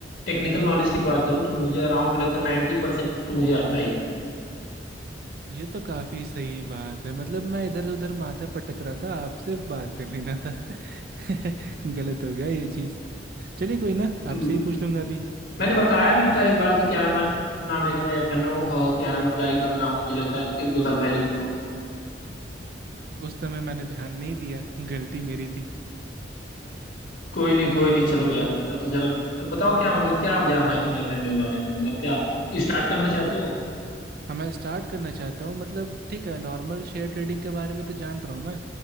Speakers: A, on the left; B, on the right.
A: टेक्निकल नॉलेज की बात करूँ तो मुझे अराउंड मुझे लगता है नाइन्टी परसेंट तो मुझे आता ही है।
B: ये तो काफ़ी सही बात है मतलब मैं इधर उधर माथा पटक रहा था आपसे बात कर लेना था <laughs> गलत हो गया ये चीज़ चलिए कोई ना
A: हम्म,
B: आपसे ही पूछ लूंगा अभी
A: मैंने बताया भी था एक बार कि क्या नाम है नाम है कि मैं फैन हूँ क्या नाम है ट्राई कर रहा हूँ मुझे लगता है एक दो साल पहले तुमको
B: उस समय मैंने ध्यान नहीं दिया गलती मेरी
A: कोई नहीं कोई नहीं चलो यार पता तो चला बताओ क्या मतलब क्या जानना है तुम्हें फैन के बारे में मतलब क्या स्टार्ट करना चाहते हो
B: हाँ मैं स्टार्ट करना चाहता हूँ मतलब ठीक है नॉर्मल शेयर ट्रेडिंग के बारे में तो जान रहा हूँ मैं